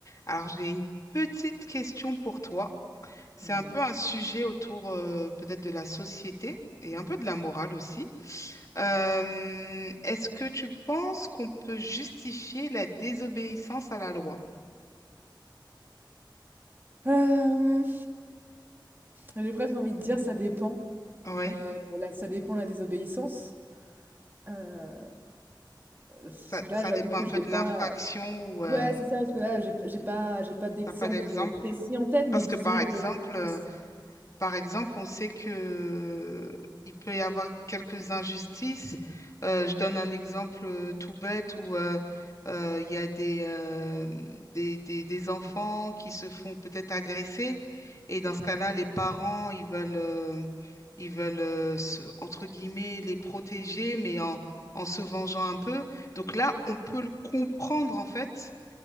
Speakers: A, on the left (about 40°); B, on the right (about 25°).
A: Alors, j'ai une petite question pour toi. C'est
B: Ouais.
A: un peu un sujet autour euh, peut-être de la société et un peu de la morale aussi. Euh, est-ce que tu penses qu'on peut justifier la désobéissance à la loi?
B: Euh, j'ai presque envie de dire ça dépend.
A: Oui,
B: Euh, là, ça dépend la désobéissance. Euh, c'est-
A: ça,
B: là,
A: ça
B: j'avoue
A: dépend
B: que
A: un peu
B: j'ai
A: de
B: pas.
A: l'infraction ou euh,
B: Ouais, c'est ça, parce que là, j'ai j'ai pas, j'ai pas d'exemple
A: t'as pas d'exemple?
B: précis en tête, mais
A: Parce
B: disons
A: que par
B: que
A: exemple, euh,
B: je
A: Par exemple, on sait que euh, il peut y avoir quelques injustices. Euh, je donne un exemple euh, tout bête où euh, euh, il y a des, euh, des, des, des enfants qui se font peut-être agresser et dans ce cas-là, les parents, ils veulent, euh, ils veulent euh, se- entre guillemets, les protéger, mais en, en se vengeant un peu. Donc là, on peut le comprendre en fait